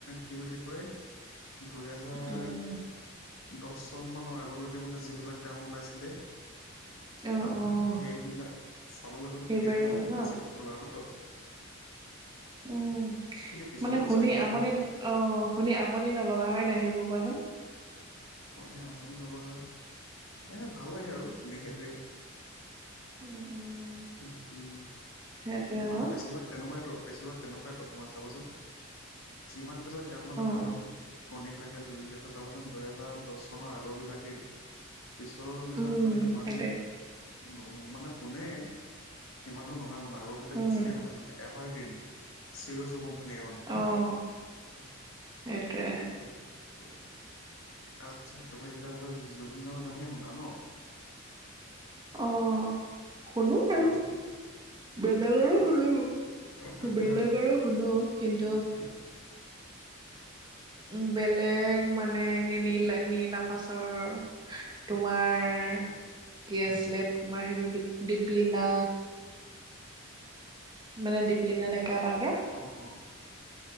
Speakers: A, on the left; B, on the right.
A: কি বুলি কয়। দুহেজাৰ
B: উম
A: দহ চন মানৰ আগলৈকে মানে যিবিলাক গান ওলাইছিলে।
B: অ, অ
A: সেইবিলাক চাবলৈ গ'লে
B: সেইবোৰে
A: সেইবিলাকহে
B: কিবা এটা ন
A: বেছি পপুলাৰ ন
B: উম
A: খিনি পিছৰো
B: মানে
A: আছে
B: শুনি
A: কিন্তু
B: আমনি অ শুনি আমনি নলগা হয় নাই সেইবোৰ কোৱাচোন।
A: শুনি আমনি নলগা মানে ভাল লাগে আৰু শুনি সেইটোৱে।
B: উম উম
A: উ উ
B: সেইটোৱে আকৌ
A: মানে বেছিভাগ তেনেকুৱাইতো বেছিভাগ তেনেকুৱাইতো তোমাৰ চাবাচোন। যিমান বিলাক গান মানে মানুহৰ
B: অ
A: শুনে। শুনি থাকে জুবিন গাৰ্গৰ চাবচোন দুহেজাৰ দহ চনৰ আগৰ বিলাকেই পিছৰ বিলাক
B: উম
A: মানে সিমান
B: সেইটোৱে
A: নশুনো মানে শুনে সিমানো নহয় মানে আগৰ বিলাক
B: উম
A: বেছিকে শুনে মানে এভাৰগ্ৰীণ, চিৰজুগমীয় মানে।
B: অ
A: <unintelligible>
B: সেইটোৱে
A: সেইটো আচ্ছা তুমি তেতিয়াহ'লে জুবিনৰ গানহে শুনা ন।
B: অ শুনো। বাৰু
A: আমাৰ
B: বেলেগৰো শুনো বেলেগ।
A: আৰু কাৰ
B: বেলেগকো
A: গান
B: শুনো কিন্তু
A: শুনা?
B: উ বেলেগ মানে কে নীল নীল আকাশৰ তোমাৰ কি আছিলে তোমাৰ সেইটো দিপ দীপলিনা মানে দীপলিনা ডেকা তাহাঁতৰ।
A: অ',